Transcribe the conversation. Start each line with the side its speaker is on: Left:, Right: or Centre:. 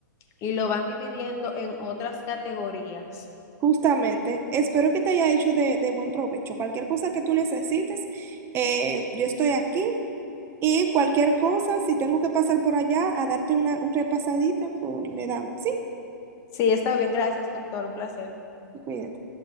Left: y lo van dividiendo en otras categorías.
Right: Justamente, espero que te haya hecho de, de buen provecho. Cualquier cosa que tú necesites, eh, yo estoy aquí. Y cualquier cosa, si tengo que pasar por allá a darte una, un repasadita, pues le damos, ¿sí?
Left: Sí, está bien, gracias, doctor, un placer.
Right: Cuídate.